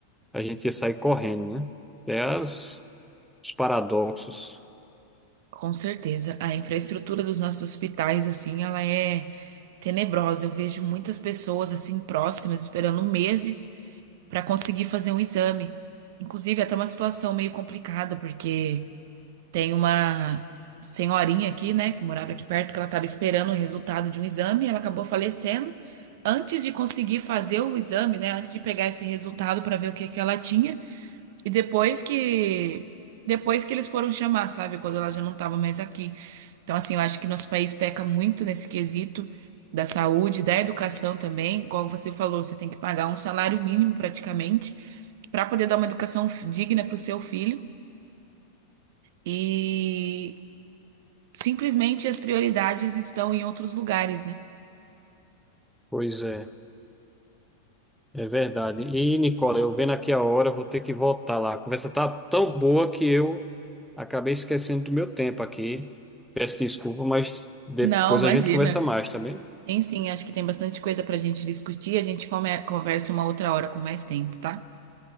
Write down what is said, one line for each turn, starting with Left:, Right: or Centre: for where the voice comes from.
Centre: a gente ia sair correndo, né? Até as- os paradoxos.
Right: Com certeza, a infraestrutura dos nossos hospitais, assim, ela é tenebrosa. Eu vejo muitas pessoas assim próximas esperando meses para conseguir fazer um exame. Inclusive, é até uma situação meio complicada, porque tem uma senhorinha aqui, né, que morava aqui perto, que ela estava esperando o resultado de um exame, e ela acabou falecendo antes de conseguir fazer o exame, né, antes de pegar esse resultado para ver o que que ela tinha. E depois que depois que eles foram chamar, sabe, quando ela já não estava mais aqui. Então, assim, eu acho que nosso país peca muito nesse quesito da saúde, da educação também. Como você falou, você tem que pagar um salário mínimo praticamente para poder dar uma educação digna para o seu filho. E simplesmente as prioridades estão em outros lugares, né?
Centre: Pois é, é verdade. E, Nicola, eu vendo aqui a hora, vou ter que voltar lá. A conversa tá tão boa que eu acabei esquecendo do meu tempo aqui. Peço desculpa, mas depois
Right: Não, imagina.
Centre: a gente conversa mais, tá bem?
Right: Tem sim, acho que tem bastante coisa pra gente discutir. A gente come- conversa uma outra hora com mais tempo, tá?